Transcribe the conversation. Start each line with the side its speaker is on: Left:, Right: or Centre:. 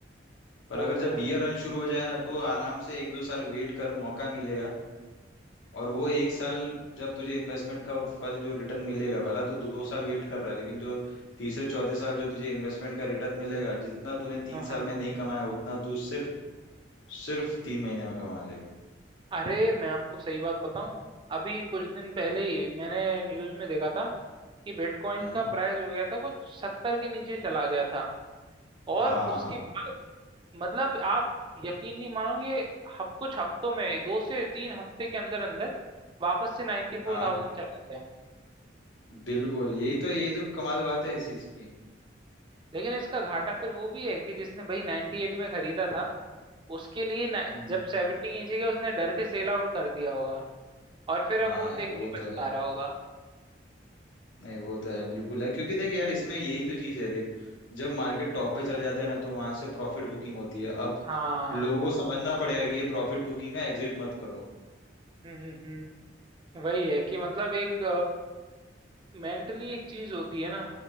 Left: पर
Right: वो
Left: अगर जब
Right: तो है
Left: बियर रन शुरू हो जाए ना तो आराम से एक दो साल वेट कर मौका मिलेगा और वो एक साल जब तुझे इन्वेस्टमेंट का फल जो रिटर्न मिलेगा भला तू दो साल वेट कर रहा है लेकिन जो तीसरे चौथे साल जो तुझे इन्वेस्टमेंट का रिटर्न मिलेगा जितना तूने
Right: हाँ
Left: तीन
Right: हाँ
Left: साल में नहीं कमाया उतना तू सिर्फ सिर्फ तीन महीने में कमा लेगा
Right: अरे मैं आपको सही बात बताऊं अभी कुछ दिन पहले
Left: हम्म
Right: ही मैंने न्यूज में देखा था कि बिटकॉइन
Left: हम्म
Right: का प्राइस हो गया था कुछ सत्तर के नीचे चला गया था और
Left: हाँ
Right: उसके बाद मतलब आप यकीन नहीं मानोगे हफ कुछ हफ्तों में दो से तीन हफ्ते के अंदर अंदर वापस से नाइन्टी फोर
Left: हाँ
Right: थाउजेंड चला गया
Left: बिल्कुल यही तो यही तो कमाल बात है इस चीज की
Right: लेकिन इसका घाटा फिर वो भी है कि जिसने भाई 98 में खरीदा था उसके लिए ना-
Left: हम्म,
Right: जब 70 की नीचे गया उसने डर के सेल आउट कर दिया होगा और फिर अब
Left: हाँ
Right: वो देख
Left: यार वो
Right: के पछता
Left: तो है
Right: रहा होगा
Left: नहीं वो तो है बिल्कुल है क्योंकि देख यार इसमें यही तो चीज है देख जब मार्केट टॉप पे चले जाते हैं ना तो वहां से प्रॉफिट बुकिंग होती है अब
Right: हाँ
Left: लोगों को समझना पड़ेगा कि ये प्रॉफिट बुकिंग है एग्जिट मत करो
Right: हम्म हम्म हम्म। वही है कि मतलब एक मेंटली एक चीज होती है ना